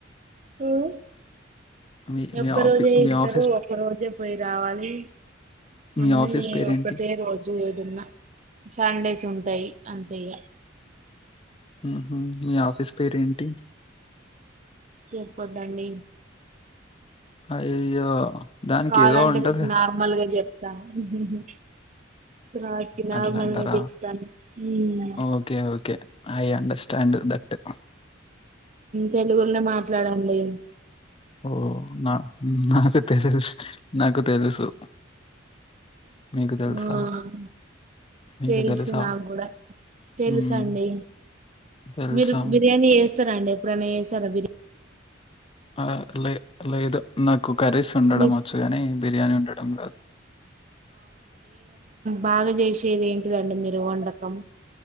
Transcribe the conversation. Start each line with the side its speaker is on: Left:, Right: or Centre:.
Right: మ్మ్
Left: మీ
Right: ఒక్కరోజే
Left: మీ ఆఫీ మీ
Right: ఇస్తరు
Left: ఆఫీస్
Right: ఒక్కరోజే పోయి రావాలి
Left: మీ
Right: అన్నీ
Left: ఆఫీస్ పేరేంటి
Right: ఒకటే రోజు దున్న సండేస్ ఉంటాయి అంతే ఇగ
Left: మ్ హు మీ ఆఫీస్ పేరు ఏంటి
Right: చెప్పుకోద్దండి
Left: అయ్యయ్యో దానికి
Right: కావాలంటే
Left: ఏదో ఉంటది
Right: మీకు నార్మల్ గా చెప్తాను రాత్కి నార్మల్
Left: అట్ల అంటార
Right: గా చెప్తాను um
Left: okay okay I understand that
Right: తెలుగులో మాట్లాడండి
Left: ఓ న నాకు తెలుస్ నాకు తెలుసు మీకు తెలుసా?
Right: మ్మ్
Left: మీకు
Right: తెలుసు
Left: తెలుసా?
Right: నాకు గూడా తెలుసండి
Left: హ్మ్. తెలుసా?
Right: మీరు బిర్యానీ చేస్తారా అండి ఎప్పుడైనా చేసారా బిర్యా
Left: ఆ లే లేదు నాకు కర్రీస్ వండడం
Right: మీరు
Left: వచ్చు కాని బిర్యానీ వండడం రాదు
Right: బాగ చేసేది ఏంటిదండి మీరు వండకం